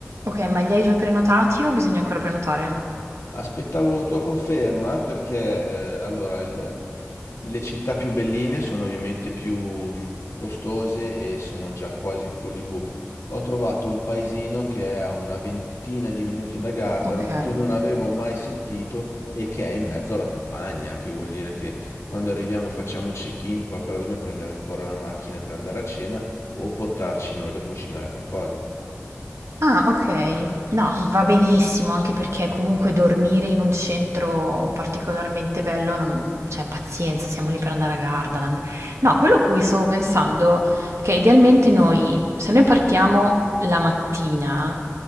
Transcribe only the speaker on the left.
Aspettavo tua conferma perché eh, allora il- le città più belline sono ovviamente più costose e sono già quasi fully booked. Ho trovato un paesino che è a una ventina di minuti da Gardaland
che non avevo mai sentito e che è in mezzo alla campagna, che vuol dire che quando arriviamo facciamo check-in, poi però dobbiamo prendere ancora la macchina per andare a cena o portarci noi da cucinare qualcosa.